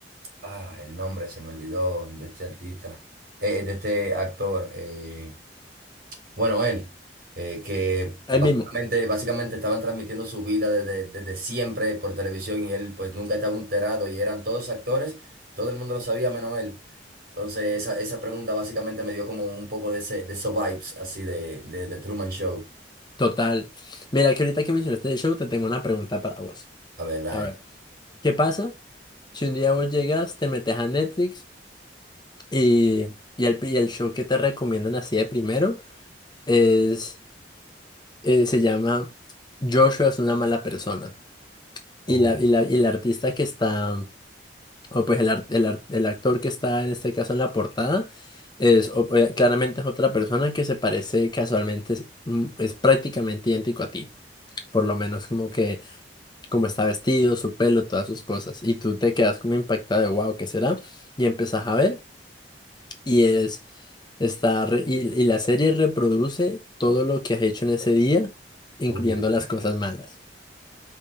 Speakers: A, on the right; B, on the left.
A: Ah, el nombre se me olvidó de este artista, eh, eh, de este actor. eh, Bueno, él, eh, que
B: ahí
A: básicamente,
B: mismo,
A: básicamente estaban transmitiendo su vida desde, desde siempre por televisión y él pues nunca estaba enterado y eran todos actores, todo el mundo lo sabía menos él. Entonces esa, esa pregunta básicamente me dio como un poco de, ese, de esos vibes así de, de, de Truman Show,
B: total. Mira, que ahorita que mencionaste el show, te tengo una pregunta para vos.
A: la verdad.
B: A ver,
A: eh.
B: ¿qué pasa si un día vos llegas, te metes a Netflix y, y, el, y el show que te recomiendan así de primero es, eh, se llama Joshua es una mala persona? Y
A: Oh,
B: la, y la, y el artista que está, o pues el, ar- el, ar- el actor que está en este caso en la portada, es o- eh, claramente es otra persona que se parece casualmente, es, mm, es prácticamente idéntico a ti. por lo menos como que, como está vestido, su pelo, todas sus cosas. Y tú te quedas como impactada de, wow, ¿qué será? Y empezás a ver y es, está, re- y, y la serie reproduce todo lo que has hecho en ese día, incluyendo
A: oh.
B: las cosas malas.